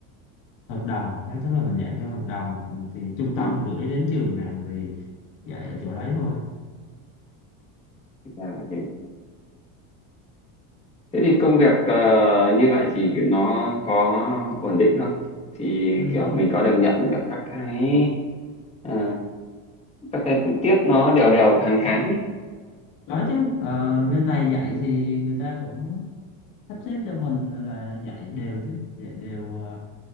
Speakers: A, on the left; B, on the left.
A: hợp đồng, đấy tức là mình dạy theo hợp đồng thì, thì trung
B: Ừ,
A: tâm gửi đến trường nào thì dạy ở chỗ đấy thôi.
B: thực ra là thế. Thế thì công việc ờ, như vậy thì nó có ổn định không? Thì
A: Ừ.
B: kiểu mình có được nhận được các cái ờ, các cái tiết nó đều đều hàng tháng ấy.
A: Đó chứ ờ, bên này dạy thì người ta vẫn sắp xếp cho mình là dạy đều chứ, dạy đều ờ,